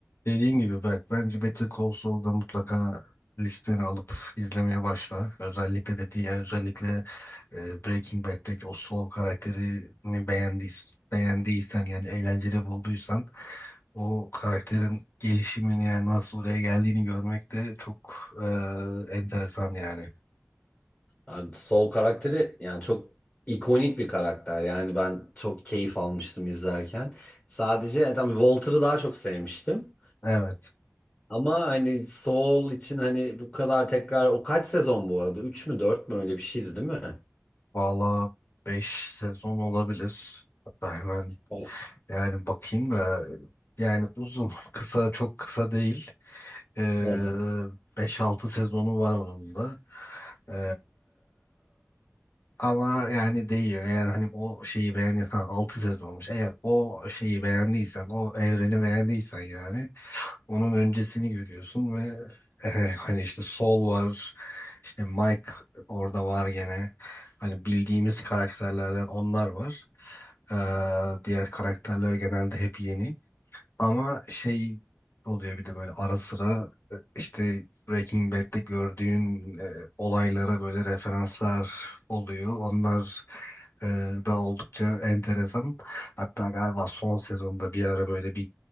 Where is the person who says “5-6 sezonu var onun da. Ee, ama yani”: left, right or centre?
Left